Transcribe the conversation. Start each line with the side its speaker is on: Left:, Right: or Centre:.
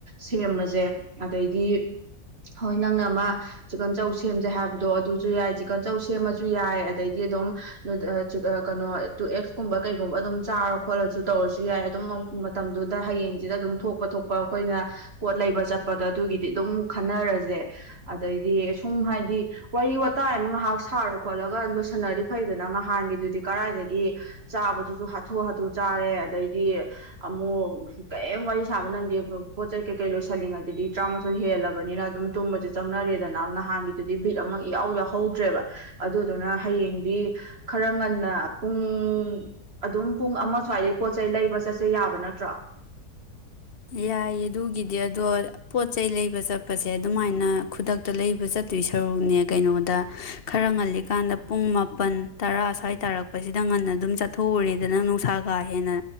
Right: ꯁꯦꯝꯃꯖꯦ ꯑꯗꯩꯗꯤ ꯍꯣꯏ ꯅꯪꯅ ꯑꯃ ꯆꯤꯛꯀꯟ ꯆꯧ ꯁꯦꯝꯖꯦ ꯍꯥꯏꯕꯗꯣ ꯑꯗꯨꯖꯨ ꯌꯥꯏ ꯆꯤꯛꯀꯟ ꯆꯧ ꯁꯦꯝꯃꯖꯨ ꯌꯥꯏ ꯑꯗꯩꯗꯤ ꯑꯗꯨꯝ ꯑ ꯑ ꯑ ꯀꯩꯅꯣ ꯇꯨ ꯑꯦꯛꯁꯀꯨꯝꯕ ꯀꯩꯒꯨꯝꯕ ꯑꯗꯨꯝ ꯆꯥꯔ ꯈꯣꯠꯂ ꯖꯨ ꯇꯧꯔꯁꯨ ꯌꯥꯏ ꯑꯗꯨꯝ ꯃꯇꯝꯗꯨꯗ ꯍꯌꯦꯡꯖꯤꯗ ꯑꯗꯨꯝ ꯊꯣꯛꯄ ꯊꯣꯛꯄ ꯑꯈꯣꯏꯅ ꯄꯣꯠ ꯂꯩꯕ ꯆꯠꯄꯗ ꯑꯗꯨꯒꯤꯗꯤ ꯑꯗꯨꯝ ꯈꯟꯅꯔꯖꯦ ꯑꯗꯩꯗꯤ ꯁꯨꯝ ꯍꯥꯏꯗꯤ ꯋꯥꯔꯤ ꯋꯥ ꯇꯥꯏꯃꯨꯛ ꯉꯥꯏꯍꯥꯛ ꯁꯥꯔ ꯈꯣꯠꯂꯒ ꯂꯣꯏꯁꯟꯅꯔꯗꯤ ꯐꯩꯗꯅ ꯉꯍꯥꯟꯒꯤꯗꯨꯗꯤ ꯀꯔꯥꯏꯗꯒꯤ ꯆꯥꯕꯗꯨꯖꯨ ꯍꯊꯨ ꯍꯊꯨ ꯆꯥꯔꯦ ꯑꯗꯩꯗꯤ ꯑꯃꯨꯛ ꯀꯩꯝ ꯋꯥꯔꯤ ꯁꯥꯕ ꯅꯪꯗꯦ ꯄꯣꯠ ꯆꯩ ꯀꯩꯀꯩ ꯂꯣꯏꯁꯜꯂꯤꯉꯩꯗꯗꯤ ꯇ꯭ꯔꯥꯃꯥꯊꯣꯏ ꯍꯦꯜꯂꯕꯅꯤꯅ ꯑꯗꯨꯝ ꯇꯨꯝꯕꯖꯦ ꯆꯪꯅꯔꯦꯗꯅ ꯅꯍꯥꯟꯒꯤꯗꯨꯗꯤ ꯕꯤꯠ ꯑꯃ ꯏꯌꯥꯎ ꯌꯥꯎꯍꯧꯗ꯭ꯔꯦꯕ ꯑꯗꯨꯗꯨꯅ ꯍꯌꯦꯡꯗꯤ ꯈꯔ ꯉꯟꯅ ꯄꯨꯡ ꯑꯗꯨꯝ ꯄꯨꯡ ꯑꯃ ꯁ꯭ꯋꯥꯏꯗꯩ ꯄꯣꯠ ꯆꯩꯩ ꯂꯩꯕ ꯆꯠꯁꯦ ꯌꯥꯕ ꯅꯠꯇ꯭ꯔꯣ
Left: ꯌꯥꯏꯌꯦ ꯑꯗꯨꯒꯤꯗꯤ ꯑꯗꯣ ꯄꯣꯠ ꯆꯩꯩ ꯂꯩꯕ ꯆꯠꯄꯁꯦ ꯑꯗꯨꯃꯥꯏꯅ ꯈꯨꯗꯛꯇ ꯂꯩꯕ ꯆꯠꯇꯣꯏ ꯁꯔꯨꯛꯅꯦ ꯀꯩꯅꯣꯗ ꯈꯔ ꯉꯜꯂꯤꯀꯥꯟꯗ ꯄꯨꯡ ꯃꯥꯄꯟ ꯇꯔꯥ ꯁꯥꯏ ꯇꯥꯔꯛꯄꯖꯤꯗ ꯉꯟꯅ ꯑꯗꯨꯝ ꯆꯠꯊꯣꯛꯎꯔꯦꯗꯅ ꯅꯨꯡꯁꯥ ꯀꯥ ꯍꯦꯟꯅ